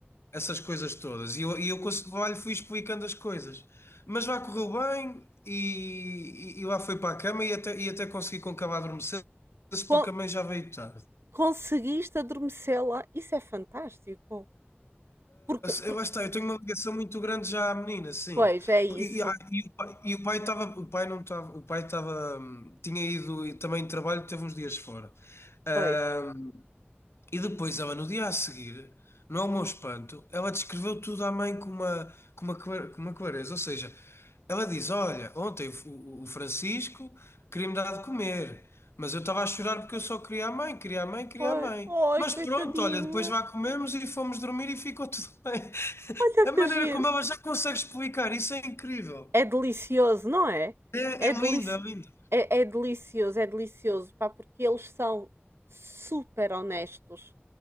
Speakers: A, on the left; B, on the right.
A: essas coisas todas. E eu, e eu cons- lá lhe fui explicando as coisas. Mas lá correu bem e, e, e lá foi para a cama e até, e até consegui com que ela adormecesse,
B: Con-
A: porque a mãe já veio tarde.
B: conseguiste adormecê-la, isso é fantástico. Porque,
A: Eu,
B: porque
A: lá está, eu tenho uma ligação muito grande já à menina, sim.
B: Pois, é isso.
A: Por- E, e- ah, e o pai e o pai estava, o pai não estava, o pai estava, hum, tinha ido e também de trabalho, teve uns dias fora. Ahm,
B: Pois.
A: e depois ela, no dia a seguir, no meu espanto, ela descreveu tudo à mãe com uma, com uma, clar- com uma clareza. Ou seja, ela diz: Olha, ontem o, o- o Francisco queria-me dar de comer, mas eu estava a chorar porque eu só queria a mãe, queria a mãe, queria
B: Pois.
A: a mãe.
B: Ai,
A: Mas
B: coitadinha.
A: pronto, olha, depois vá comemos e fomos dormir e ficou <laughs> tudo bem.
B: Olha
A: A
B: que
A: maneira
B: giro.
A: como ela já consegue explicar, isso é incrível.
B: É delicioso, não é?
A: É,
B: É,
A: é
B: delici...
A: lindo, é lindo.
B: é, é delicioso, é delicioso, pá, porque eles são super honestos.